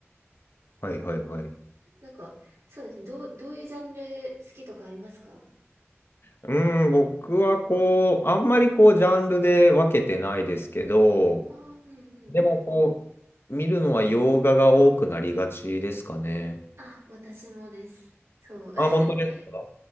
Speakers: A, on the left; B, on the right.
A: はいはいはい。
B: なんか、そうですね。どう、どういうジャンル好きとかありますか
A: うん、僕はこう、あんまりこう、ジャンルで分けてないですけど、
B: ああー、うんうん。
A: でもこう、見るのは洋画が多くなりがちですかね。
B: あ、私もです。そう。
A: あ、本当ですか
B: <laughs>